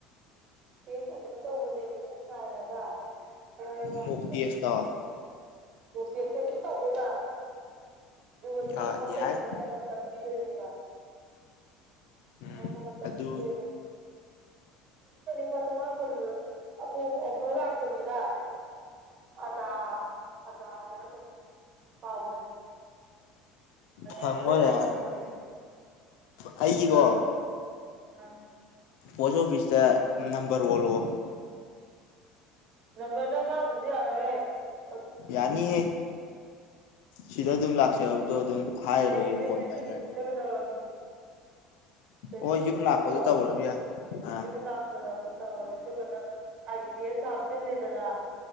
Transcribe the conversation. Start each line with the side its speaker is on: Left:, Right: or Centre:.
Right: ꯇꯦꯁ ꯑꯗꯨꯝ ꯇꯧꯕꯅꯦ ꯃꯨꯡ ꯥꯏꯔꯒ ꯑ ꯍ ꯊꯪꯕꯤꯔ
Left: ꯃꯣꯛ ꯇꯦꯁꯇꯣ
Right: ꯔꯣꯇꯁꯦ ꯑꯗꯨ ꯇꯧꯗꯦꯖ ꯂꯨ ꯊꯨꯅ
Left: ꯑꯥ
Right: ꯍꯣꯠꯇꯣꯏꯅꯦ
Left: ꯌꯥꯏ
Right: ꯃꯣꯏꯅ ꯃꯇꯝ ꯄꯤꯗꯣꯏꯅꯦ ꯋꯥ
Left: ꯎꯝ
Right: ꯃꯣꯏꯅ ꯃ ꯃꯇꯝ
Left: ꯑꯗꯨ
Right: ꯀꯤꯗ ꯇꯗ ꯃꯥꯄ ꯑ ꯑꯃ ꯐꯂ ꯄꯨꯅꯤꯕ ꯑꯥ ꯑ ꯑ ꯀꯥꯎ ꯑꯣꯏꯔꯦ
Left: ꯐꯪꯉꯣ
Right: ꯅ
Left: ꯌꯥꯔꯦ
Right: ꯍꯛꯀ
Left: ꯑꯩꯒꯤꯀꯣ
Right: ꯑꯗꯨꯝꯕ ꯑ
Left: ꯄꯣꯁ ꯑꯣꯐꯤꯁꯇ ꯅꯝꯕꯔ ꯑꯣꯜꯂꯛꯑꯣ
Right: ꯅꯝꯕꯔ ꯅꯪ ꯌꯥꯎꯕꯗꯤ ꯌꯥꯅꯋꯦ <unintelligible>
Left: ꯌꯥꯅꯤ ꯍꯦ ꯁꯤꯗ ꯑꯗꯨꯝ ꯂꯥꯛꯆ ꯇꯣ ꯑꯗꯨꯝ ꯍꯥꯏꯔ
Right: ꯑꯩ
Left: ꯂꯣꯏꯔꯦ
Right: ꯏꯗꯤ
Left: ꯐꯣꯟ
Right: ꯇꯦ
Left: ꯄꯥꯏꯅꯔ
Right: ꯁꯤꯁꯇꯗꯧꯔꯦ ꯇ꯭ꯋꯦꯟꯇꯤ
Left: ꯍꯣꯏ ꯌꯨꯝ
Right: ꯁꯤꯛꯁꯇꯣ
Left: ꯂꯥꯛꯄꯗ ꯇꯧꯔꯒꯦ ꯑꯥ
Right: ꯌꯨꯝ ꯂꯥꯛꯄꯗ ꯍ ꯑꯗꯨꯒ ꯅꯪ ꯍꯥꯏꯥꯏꯕꯤꯗꯤꯁ ꯍꯥꯞꯆꯤꯜꯂꯦꯗꯅ